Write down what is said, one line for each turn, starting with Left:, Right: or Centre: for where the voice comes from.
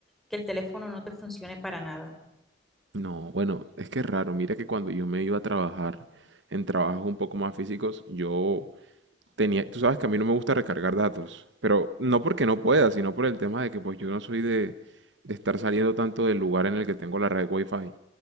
Centre: que el teléfono no te funcione para nada.
Right: No, bueno, es que es raro. Mira que cuando yo me iba a trabajar en trabajos un poco más físicos, yo tenía, tú sabes que a mí no me gusta recargar datos, pero no porque no pueda, sino por el tema de que pues yo no soy de, de estar saliendo tanto del lugar en el que tengo la red Wi-Fi.